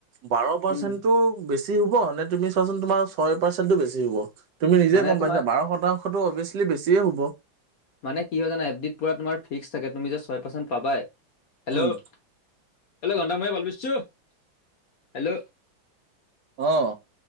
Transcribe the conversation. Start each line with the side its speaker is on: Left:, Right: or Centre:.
Right: বাৰ পাৰ্চেণ্টটো
Left: উম
Right: বেছি হব নে তুমি চোৱাচোন তোমাৰ ছয় পাৰ্চেন্টো বেছি হব। তুমি নিজে
Left: মানে
Right: গম
Left: তোমাৰ
Right: পাইছা বাৰ শতাংশতটো অবিয়েছলি বেছিয়ে হ'ব।
Left: মানে কি হয় জানা এফ ডিত পুৰা তোমাৰ ফিক্স থাকে তুমি জাষ্ট ছয় পাৰ্চেণ্ট পাবাই। হেল্ল'
Right: উম,
Left: হেল্ল <unintelligible> হেল্ল'
Right: অ',